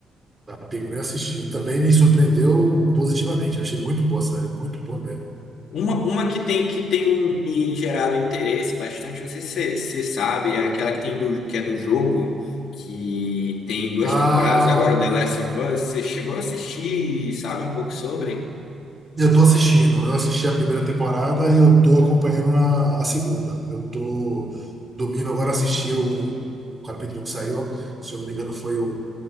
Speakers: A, on the right; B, on the left.
A: Tá? Peguei e assisti. Também me surpreendeu positivamente. Achei muito boa, sério. Muito boa mesmo.
B: Uma, uma que tem que tem um, me gerado interesse bastante, não sei se você você sabe, é aquela que tem do, que é do jogo, que tem duas
A: Ah,
B: temporadas agora, The Last of Us. Você chegou a assistir e sabe um pouco sobre?
A: Eu tô assistindo. Eu assisti a primeira temporada e eu tô acompanhando a, a segunda. Eu tô domingo agora assisti o, o capítulo que saiu. Se eu não me engano, foi o